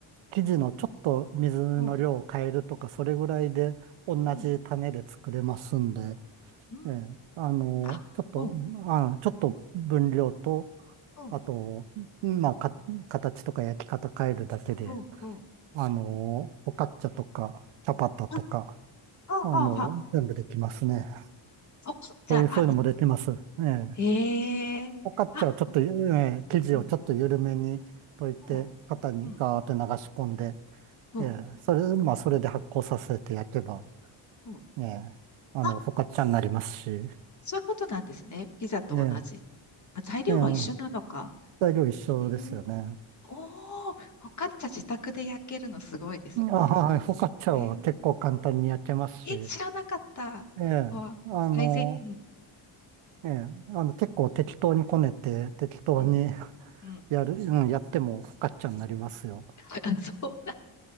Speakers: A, on the right; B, on the left.
A: 生地のちょっと水の量を変えるとか、
B: うん、
A: それぐらいで同じ種で作れますんで、
B: うん、うん、
A: ええ、あの、
B: あ、
A: ちょっと、
B: うん、
A: あ、ちょっと分量と、
B: うん、
A: あと、まあ、か、形とか焼き方変えるだけで、
B: うん、うん。
A: あの、フォカッチャとか、チャパタとか、
B: あはあ、
A: あの、
B: はあ、はあ。
A: 全部できますね。
B: そっか、じゃあ、
A: そういう、そういうのもできます。
B: あ、い
A: ええ。
B: へえ。
A: フォカッチャはちょっと、
B: あ、こ
A: ええ、生地をちょっと緩めに溶いて、
B: うん、うん、
A: 型にガーって流し込んで、
B: うん、うん、
A: ええ、それ、まあ、それで発酵させて焼けば、
B: うん。
A: ええ、あの、
B: あ、
A: フォカッチャになりますし、え
B: そういうことなんですね。ピザと同じ。
A: え、
B: あ、材料は一緒なのか。
A: ええ、材料一緒ですよね。
B: へえ。おー、フォカッチャ自宅で焼けるのすごいですね。
A: うんあ、はい、フォカッチャは結構簡単に焼けますし、
B: えー、え、
A: え
B: 知らなかった。
A: え、
B: わ、
A: あの、
B: 最善、うん、
A: ええ、あの、結構適当にこねて、適当に
B: うん、
A: <laughs>
B: うん、
A: やる、うん、やってもフォカッチャになりますよ。
B: うん。あそうなる